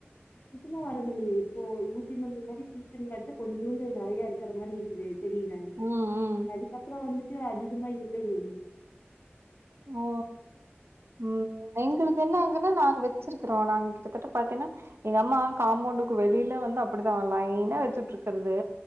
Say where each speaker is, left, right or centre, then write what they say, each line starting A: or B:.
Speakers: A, on the left; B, on the right.
A: சுத்தமா வரதில்லையே இப்போ ஊசி மல்லி மாரி சீசனுங் காட்டிதா கொஞ்சூண்டு நெறைய இருக்குற மாரி இருக்குது தெரில
B: ம், ம்.
A: அதுக்கப்புறோ வந்துட்டு அதிகமா இல்லையே
B: ஓ ம் எங்களுக்கு என்ன அங்கன்னா நாங்க வெச்சிருக்கறோ நாங்க கிட்டத்தட்ட பாத்தீன்னா எங்க அம்மா காம்பவுண்டுக்கு வெளில வந்து அப்டிதா லைனா வெச்சிட்ருக்குறது